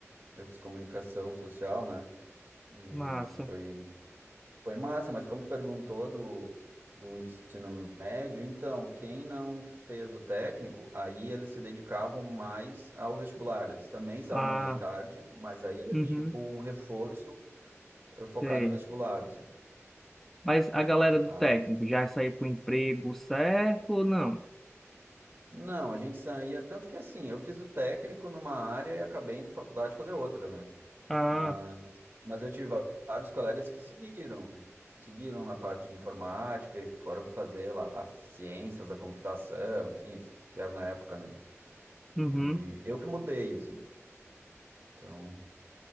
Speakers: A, on the right; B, in the centre.
A: Eu fiz comunicação social, né? E
B: Massa.
A: foi foi massa, mas como tu perguntou do, do ensino médio, então, quem não fez o técnico, aí eles se dedicavam mais ao vestibular. Eles também estavam
B: Ah,
A: manhã e tarde, mas aí era
B: uhum,
A: tipo um reforço eh, focado
B: sei.
A: em vestibular, assim.
B: Mas a galera do
A: Ah,
B: técnico já saiu com o emprego certo ou não?
A: Não, a gente saía, tanto que assim, eu fiz o técnico numa área e acabei indo na faculdade fazer outra, né?
B: Ah,
A: Mas, mas eu tive va- vários colegas que seguiram, seguiram na parte de informática e foram fazer lá as ciências da computação, enfim, os que era na época, né?
B: uhum.
A: E eu que mudei, assim. Então,